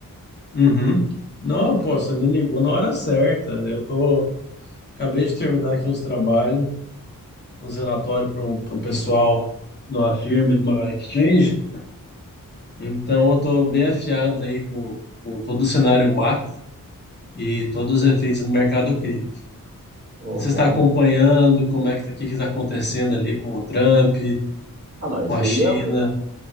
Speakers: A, on the left; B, on the right.
A: Uhum. Não, pô, você me ligou na hora certa. Eu tô, acabei de terminar aqui uns trabalhos, uns relatórios para um, pra um pessoal de uma firma, e de uma exchange. Então eu tô bem afiado aí com, com todo o cenário macro e todos os efeitos no mercado cripto.
B: Ô,
A: Você
B: bom.
A: está acompanhando como é que tá, o que está acontecendo ali com o Trump,
B: Ah, não, esse
A: com a China?
B: aí é o que.